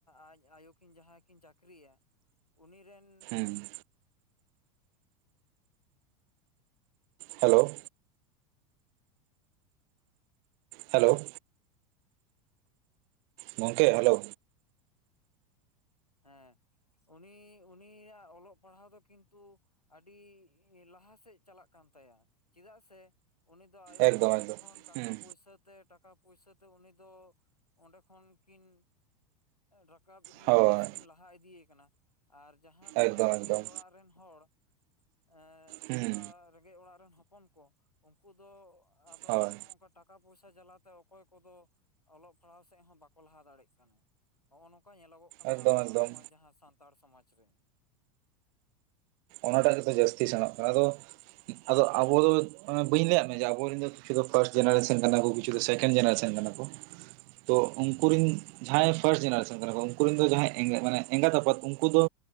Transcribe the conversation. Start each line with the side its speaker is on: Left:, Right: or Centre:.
Left: ᱟᱡ ᱟᱭᱳ ᱠᱤᱱ ᱡᱟᱦᱟᱸᱭ ᱠᱤᱱ ᱪᱟᱹᱠᱨᱤᱭᱟ ᱩᱱᱤ ᱨᱮᱱᱼᱼ
Right: ᱦᱩᱸ ᱦᱮᱞᱳ᱾ ᱦᱮᱞᱳ᱾ ᱜᱚᱢᱠᱮ ᱦᱮᱞᱳ
Left: ᱦᱮᱸ ᱩᱱᱤ ᱩᱱᱤᱭᱟᱜ ᱚᱞᱚᱜ ᱯᱟᱲᱦᱟᱣ ᱫᱚ ᱠᱤᱱᱛᱩ ᱟᱹᱰᱤ ᱞᱟᱦᱟ ᱥᱮᱫ ᱪᱟᱞᱟᱜ ᱠᱟᱱ ᱛᱟᱭᱟ ᱪᱮᱫᱟᱜ ᱥᱮ ᱩᱱᱤ ᱫᱚ ᱟᱭᱳ
Right: ᱮᱠᱫᱚᱢ
Left: ᱵᱟᱵᱟ ᱴᱷᱮᱱ
Right: ᱮᱠᱫᱚᱢ
Left: ᱠᱷᱚᱱ ᱴᱟᱠᱟ
Right: ᱦᱩᱸ
Left: ᱯᱩᱭᱥᱟᱹ ᱛᱮ ᱴᱟᱠᱟ ᱯᱩᱭᱥᱟᱹ ᱛᱮ ᱩᱱᱤ ᱫᱚ ᱚᱸᱰᱮ ᱠᱷᱚᱱ ᱠᱤᱱ ᱨᱟᱠᱟᱵ ᱤᱫᱤᱼᱼ
Right: ᱦᱳᱭ
Left: <unintelligible> ᱥᱮ ᱠᱤᱱ ᱞᱟᱦᱟ ᱤᱫᱤ ᱮᱠᱟᱱᱟ ᱟᱨ ᱡᱟᱦᱟᱸ ᱱᱚᱝᱠᱟ
Right: ᱮᱠᱫᱚᱢ
Left: ᱨᱮᱸᱜᱮᱡ
Right: ᱮᱠᱫᱚᱢ
Left: ᱚᱲᱟᱜ ᱨᱮᱱ ᱦᱚᱲ ᱮᱸ
Right: ᱦᱩᱸ
Left: ᱚᱱᱠᱟ ᱨᱮᱸᱜᱮᱡ ᱚᱲᱟᱜ ᱨᱮᱱ ᱦᱚᱯᱚᱱ ᱠᱚ ᱩᱱᱠᱩ ᱫᱚ ᱟᱫᱚ
Right: ᱦᱳᱭ
Left: ᱚᱝᱠᱟᱼᱼ ᱴᱟᱠᱟ ᱯᱚᱭᱥᱟ ᱡᱟᱞᱟ ᱛᱮ ᱚᱠᱚᱭ ᱠᱚᱫᱚ ᱚᱞᱚᱜ ᱯᱟᱲᱦᱟᱣ ᱥᱮᱫ ᱦᱚᱸ ᱵᱟᱠᱚ ᱞᱟᱦᱟ ᱫᱟᱲᱮᱭᱟᱜ ᱠᱟᱱᱟ ᱦᱚᱸᱜ-ᱚ ᱱᱚᱝᱠᱟ ᱧᱮᱞᱚᱜᱚᱜ ᱠᱟᱱᱟ
Right: ᱮᱠᱫᱚᱢ
Left: ᱟᱵᱚᱣᱟᱜ
Right: ᱮᱠᱫᱚᱢ
Left: ᱦᱚᱸᱜ-ᱚᱭ ᱡᱟᱦᱟᱸ ᱥᱟᱱᱛᱟᱲ ᱥᱚᱢᱟᱡᱽ ᱨᱮ
Right: ᱚᱱᱟᱴᱟᱜ ᱜᱮᱛᱚ ᱡᱟᱹᱥᱛᱤ ᱥᱮᱲᱚᱜ ᱠᱟᱱᱟ ᱟᱫᱚᱼᱼ ᱟᱫᱚ ᱟᱵᱚ ᱫᱚ ᱵᱟᱹᱧ ᱞᱟᱹᱭᱟᱫ ᱢᱮᱭᱟ ᱡᱮ ᱟᱵᱚᱨᱮᱱ ᱫᱚ ᱠᱤᱪᱷᱩ ᱫᱚ ᱯᱷᱟᱥᱴ ᱡᱮᱱᱟᱨᱮᱥᱮᱱ ᱠᱟᱱᱟ ᱠᱚ, ᱠᱤᱪᱷᱩ ᱫᱚ ᱥᱮᱠᱮᱱ ᱡᱮᱱᱟᱨᱮᱥᱮᱱ ᱠᱟᱱᱟ ᱠᱚ᱾
Left: <inaudible>
Right: ᱛᱚ ᱩᱱᱠᱩ ᱨᱮᱱ ᱡᱟᱦᱟᱸᱭ ᱯᱷᱟᱥᱴ ᱡᱮᱱᱟᱨᱮᱥᱮᱱ ᱠᱟᱱᱟ ᱠᱚ ᱩᱱᱠᱩ ᱨᱮᱱ ᱫᱚ ᱡᱟᱦᱟᱸᱭ ᱢᱟᱱᱮ ᱮᱜᱟ ᱮᱜᱟᱛ ᱟᱯᱟᱛ ᱩᱱᱠᱩ ᱫᱚ